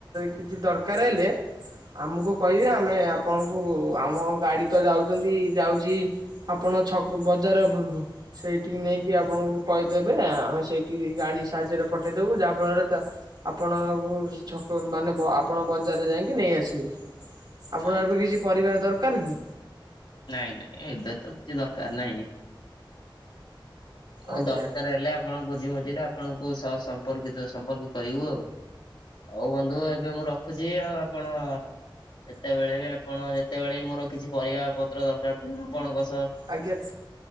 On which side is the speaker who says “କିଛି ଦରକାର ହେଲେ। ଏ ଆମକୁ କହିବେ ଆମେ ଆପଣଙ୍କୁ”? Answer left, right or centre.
Right